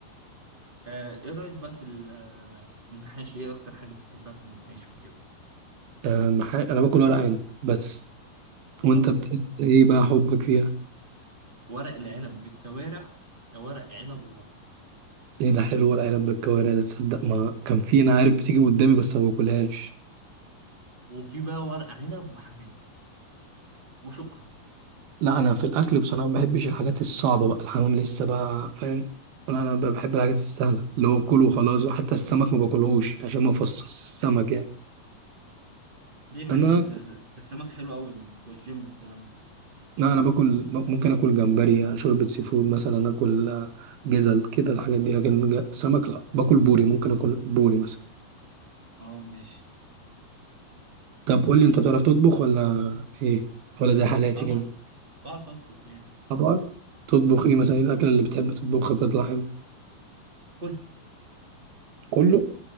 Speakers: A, on the right; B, on the right.
A: آه، ايه رأيك بقى في ال- آه، المحاشي ايه اكتر حاجة بتحبها في المحاشي وكده
B: أه محا... انا باكل ورق عنب بس
A: الله
B: وانت بت... ايه بقى حبك فيها
A: ورق العنب بالكوارع ده ورق عنب وبط
B: ايه ده حلو ورق عنب بالكوارع ده تصدق ما كان في انا عارف بتيجي قدامي بس ما باكلهاش
A: وفي بقى ورق عنب وحمام وشكرا
B: لا انا في الاكل بصراحه ما بحبش الحاجات الصعبه بقى الحمام لسه بقى فاهم ولا انا بقى بحب الحاجات السهله اللي هو كله وخلاص حتى السمك ما باكلهوش عشان ما افصص السمك يعني
A: ليه مع
B: انا
A: ان ده ده السمك حلو قوي بتوع الجيم والكلام ده
B: لا انا باكل ممكن اكل جمبري شوربه سي فود مثلا اكل آه، جزل كده الحاجات دي لكن ج- سمك لا باكل بوري ممكن اكل بوري مثلا
A: اه ماشي
B: طب قول لي انت بتعرف تطبخ ولا ايه ولا زي حالاتي
A: طبعا
B: كده
A: بعرف اطبخ يعني
B: طبعا تطبخ ايه مثلا ايه الاكله اللي بتحب تطبخها بتطلع حلو
A: كله
B: كله